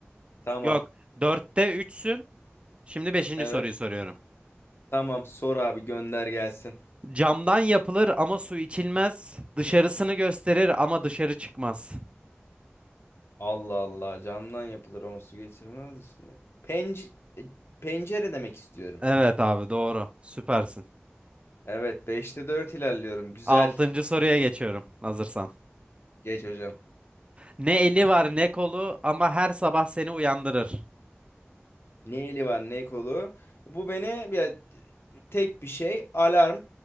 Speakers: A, on the left (about 70°); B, on the right (about 25°).
A: Tamam.
B: Yok. Dörtte üçsün. Şimdi beşinci
A: Evet.
B: soruyu soruyorum.
A: Tamam sor abi gönder gelsin.
B: Camdan yapılır ama su içilmez. Dışarısını gösterir ama dışarı çıkmaz.
A: Allah Allah camdan yapılır ama su geçirmez. işte. Penc e, pencere demek istiyorum.
B: Evet abi doğru. Süpersin.
A: Evet Beşte 4 ilerliyorum. Güzel.
B: Altıncı soruya geçiyorum hazırsan.
A: Geç hocam.
B: Ne eli var ne kolu ama her sabah seni uyandırır.
A: Ne eli var ne kolu. Bu beni bir tek bir şey alarm